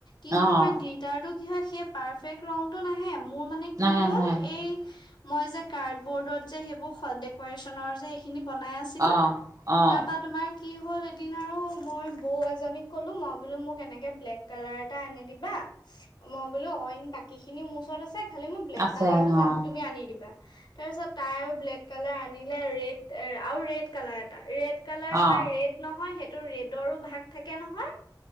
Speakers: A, on the left; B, on the right.
A: কিন্তু
B: অ',
A: তুমাৰ গ্লিটাৰটো কি হয় সেই পাৰফেক্ট ৰংটো নাহে মোৰ মানে
B: নাহে
A: কি হ'ল
B: নাহে
A: এই মই যে কাৰ্ড বৰ্ডত যে সেইবোৰ ডেক্সৰেচনৰ যে খিনি বনাই আছিলো
B: অ', অ',
A: তাৰ পৰা তোমাৰ কি হ'ল এদিন আৰু মই বৌ এজনীক ক'লোঁ মই বোলো মোক এনেকে ব্লেক কালাৰ এটা আনি দিবা মই বোলো অইন বাকী খিনি মোৰ ওচৰত আছে খালি মোৰ ব্লেক
B: আছে
A: কালাৰটো
B: অ',
A: তুমি আনি দিবা তাৰপিছত তাই আৰু ব্লেক কালাৰ আনিলে ৰেড এ আৰু ৰেড কালাৰ এটা ৰেড কালাৰ তোমাৰ
B: অ',
A: ৰেড নহয় সেই টো ৰেডৰো ভাগ থাকে নহয়।